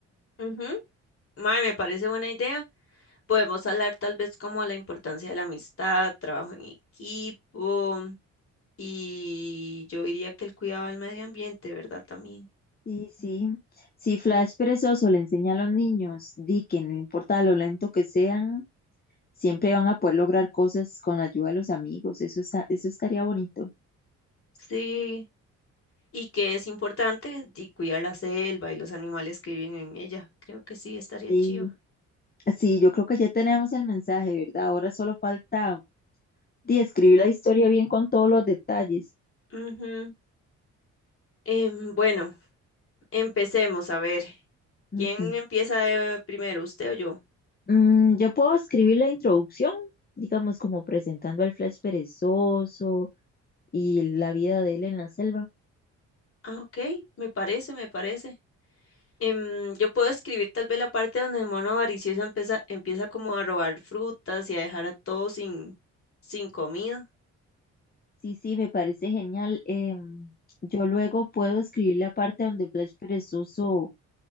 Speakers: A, on the left (about 45°); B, on the left (about 30°).
A: Ujú. Mae, me parece buena idea. Podemos hablar tal vez como a la importancia de la amistad, trabajo en equipo. Y yo diría que el cuidado del medio ambiente, ¿verdad? También.
B: Sí, sí. Si Flash perezoso le enseña a los niños, di que no importa lo lento que sean, siempre van a poder lograr cosas con la ayuda de los amigos. Eso está, eso estaría bonito.
A: Sí. Y que es importante y cuidar la selva y los animales que viven en ella. Creo que sí, estaría
B: Y
A: chido.
B: sí, yo creo que ya tenemos el mensaje, ¿verdad? Ahora solo falta di, escribir la historia bien con todos los detalles.
A: Ujú. Em, bueno, empecemos a ver.
B: Ujú.
A: ¿Quién empieza eh, primero, usted o yo?
B: Mm, yo puedo escribir la introducción, digamos, como presentando al Flash perezoso y la vida de él en la selva.
A: Ah, ok, me parece, me parece. Em, yo puedo escribir tal vez la parte donde el mono avaricioso empieza, empieza como a robar frutas y a dejar a todos sin, sin comida.
B: Sí, sí, me parece genial. Em, yo luego puedo escribir la parte donde Blas Perezoso